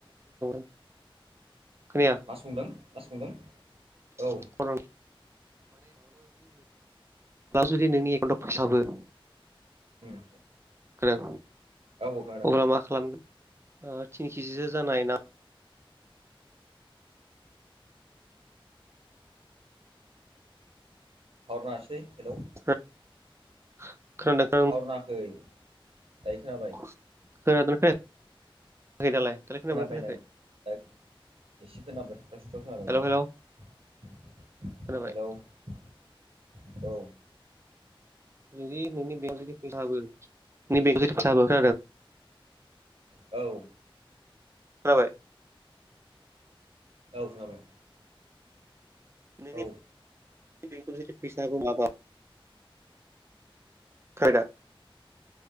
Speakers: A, on the right (about 30°); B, on the right (about 85°).
A: <unintelligible> खोनया
B: मा संदों मा संदों?
A: <unintelligible>
B: औ
A: दा जुदि नोंनि एकाउन्टाव फैसा हाबो
B: उम औ औ खोनादों
A: अब्ला मा खालामगोन थिन केजिसो जानाय ना
B: थावार नाङासै हेल'
A: <unintelligible>
B: थावार नाङाखै दायो खोनाबाय
A: खोनादोंना खोनायाखै दालाय दालाय खोनाबायना
B: खोनादोंमोन
A: खोनायाखै
B: दा एसे खोनादों थाथ' थाथ' खोनादोंमोन
A: हेलौ हेलौ खोनाबाय
B: हेलौ औ
A: जुदि नोंनि बेंक जुदि खोथाबो नोंनि बेंखौ जुदि खोथाबो
B: औ
A: खोनाबाय
B: औ खोनाबाय
A: नैबे
B: औ
A: <unintelligible> खोनाबाय